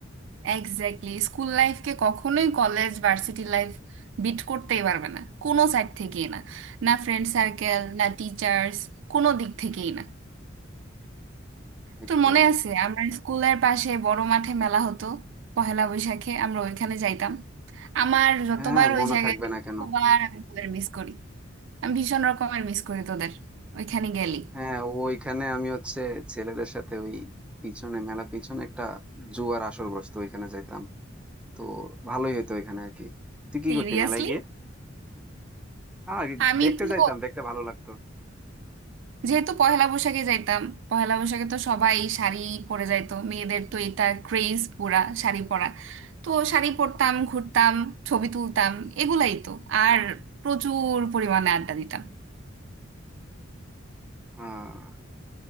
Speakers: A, on the right; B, in the centre.
A: এক্স্যাক্টলি স্কুল লাইফকে কখনোই কলেজ ভার্সিটি লাইফ বিট করতেই পারবে না কোনো সাইড থেকেই না না ফ্রেন্ড সার্কেল না টিচার্স কোনো দিক থেকেই না
B: একদম
A: তোর মনে আছে আমরা স্কুলের পাশে বড় মাঠে মেলা হতো পহেলা বৈশাখে আমরা ওইখানে যাইতাম আমার যতবার
B: হ্যাঁ মনে
A: ওই জায়গায়
B: থাকবে
A: যাই,
B: না কেন
A: ততবার আমি তোদের মিস করি আমি ভীষণ রকমের মিস করি তোদের ওইখানে গেলি
B: হ্যাঁ ওইখানে আমি হচ্ছে ছেলেদের সাথে ওই পিছনে মেলা পিছনে একটা জুয়ার আসর বসতো ওইখানে যাইতাম তো ভালোই হতো ওইখানে আর কি তুই কি
A: সিরিয়াসলি
B: করতি মেলায় গিয়ে আহ
A: আমি
B: দেখতে
A: তো
B: যাইতাম দেখতে ভালো লাগতো
A: যেহেতু পহেলা বৈশাখে যাইতাম পহেলা বৈশাখে তো সবাই শাড়ি পরে যাইতো মেয়েদের তো এটা ক্রেজ পুরা শাড়ি পরা তো শাড়ি পরতাম ঘুরতাম ছবি তুলতাম এগুলাই তো আর প্রচুর পরিমাণে আড্ডা দিতাম
B: আহ